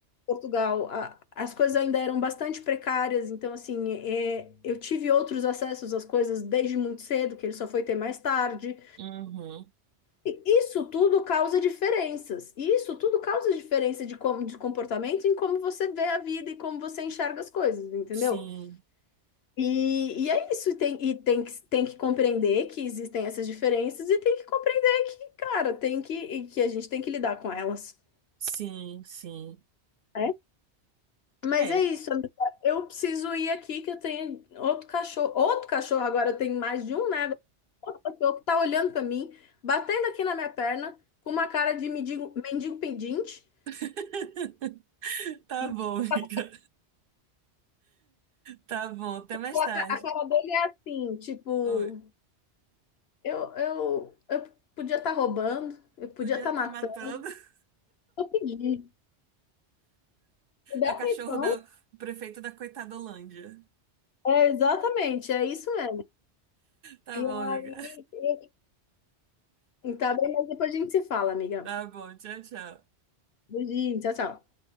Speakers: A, on the left; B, on the right.
A: Portugal, a- as coisas ainda eram bastante precárias, então, assim, é, eu tive outros acessos às coisas desde muito cedo, que ele só foi ter mais tarde.
B: uhum.
A: E Isso tudo causa diferenças. E Isso tudo causa diferença de, como, de comportamento em como você vê a vida e como você enxerga as coisas, entendeu?
B: Sim,
A: E, e é isso. E, tem, e tem, que, tem que compreender que existem essas diferenças e tem que compreender que, cara, tem que, e que a gente tem que lidar com elas.
B: sim, sim.
A: né? Mas
B: É.
A: é isso, amiga. Eu preciso ir aqui que eu tenho outro cachorro. Outro cachorro agora, eu tenho mais de um, né? Outro cachorro que tá olhando pra mim, batendo aqui na minha perna, com uma cara de mendigo, mendigo pedinte.
B: <laughs> Tá
A: E
B: bom, amiga.
A: A
B: Tá bom. Até mais
A: cara
B: tarde.
A: a cara dele é assim, tipo,
B: Oi.
A: eu, eu, eu podia estar roubando, eu podia
B: Podia
A: estar
B: estar
A: matando,
B: matando. <laughs>
A: eu pedi. Me dá
B: É o
A: atenção.
B: cachorro da- o prefeito da coitadolândia.
A: É, exatamente, é isso mesmo.
B: Tá
A: E
B: bom,
A: aí,
B: amiga.
A: e- então, tá bem, mas depois a gente se fala, amiga.
B: Tá bom, tchau, tchau.
A: Beijinho, tchau, tchau.